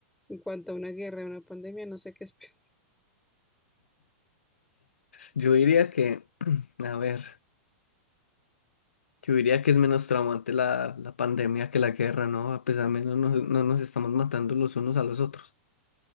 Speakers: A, in the centre; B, on the left (about 75°).
A: en cuanto a una guerra, una pandemia, no sé qué es peor. <laughs>
B: Yo diría que, <clears throat> a ver, yo diría que es menos traumante la, la pandemia que la guerra, ¿no? A pesar menos nos- no nos estamos matando los unos a los otros.